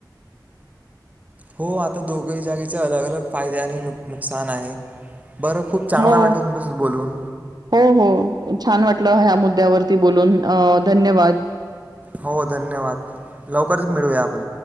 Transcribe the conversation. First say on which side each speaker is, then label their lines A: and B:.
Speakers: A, on the right; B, on the right.
A: हो आता दोघही जागेचे अलग-अलग फायदे आणि नुकसान आहे. बरं खूप चांगल
B: हो
A: वाटत तुमच्याशी बोलून.
B: हो, हो छान वाटलं ह्या मुद्द्यावरती बोलून अ धन्यवाद.
A: हो धन्यवाद लवकरच मिळूया आपण.